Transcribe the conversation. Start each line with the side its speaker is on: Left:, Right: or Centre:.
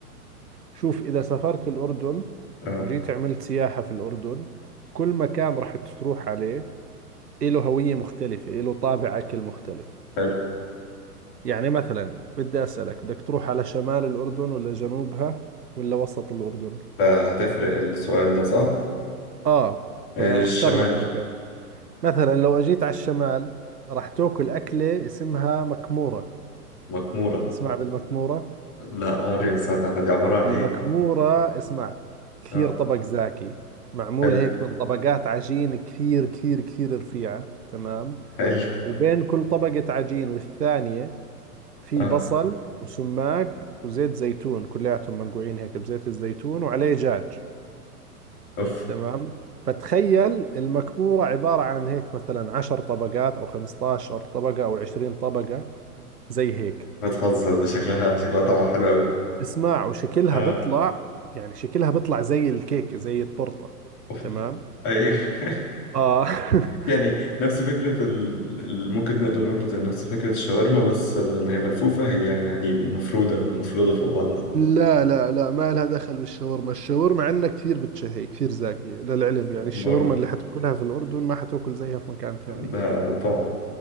Right: شوف إذا سافرت الأردن
Left: اه
Right: وجيت عملت سياحة في الأردن كل مكان راح تروح عليه إله هوية مختلفة إله طابع أكل مختلف
Left: حلو
Right: يعني مثلا بدي أسألك بدك تروح على شمال الأردن ولا جنوبها ولا وسط الأردن
Left: آه، هتفرق السؤال ده صح
Right: آه
Left: الشمال
Right: فاختار لك مكان مثلا لو أجيت على الشمال راح تاكل أكلة اسمها مكمورة
Left: مكموره
Right: تسمع بالمكمورة
Left: لا عمري ما سمعت عنها دي عباره عن
Right: المكمورة
Left: ايه
Right: اسمع كثير
Left: اه
Right: طبق زاكي معمول
Left: حلو
Right: هيك من طبقات عجين كثير كثير كثير رفيعة تمام
Left: حلو
Right: وبين كل طبقة عجين والثانية في
Left: اه
Right: بصل وسماق وزيت زيتون كلياتهم منقوعين هيك بزيت الزيتون وعليه جاج
Left: اوف
Right: تمام فتخيل المكمورة عبارة عن هيك مثلا عشر طبقات أو 15 طبقة أو 20 طبقة زي هيك
Left: بتهزر دي شكلها شكلها طعمها حلو قوي
Right: اسمع وشكلها
Left: اه
Right: بيطلع يعني شكلها بيطلع زي الكيك زي التورتة
Left: اوف
Right: تمام
Left: أوف. اي <laughs>
Right: اه <laughs>
Left: يعني نفس فكرة ال... ال- ممكن نقدر نقول زي نفس فكرة الشاورما بس بدل ما هي ملفوفة هي يعني مفرودة مفرودة فوق بعضها
Right: لا لا لا ما لها دخل بالشاورما الشاورما عندنا كثير بتشهي كثير زاكية للعلم يعني الشاورما
Left: برضه
Right: اللي حتاكلها في الأردن ما حتاكل زيها في مكان ثاني
Left: ده طبعا